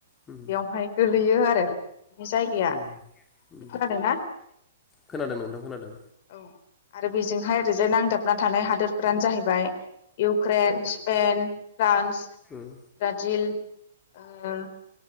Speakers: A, on the left (about 15°); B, on the left (about 45°).
A: उम
B: बेयावहाय गोलैयो आरो। बेनि जायगाया
A: उम उम
B: खोनादोंना
A: खोनादों नोंथां खोनादों
B: औ। आरो बेजोंहाय ओरैजाय नांदाबना थानाय हादोरफ्रानो जाहैबाय। Ukraine, Spain, France.
A: उम
B: ब्राजिल। ओ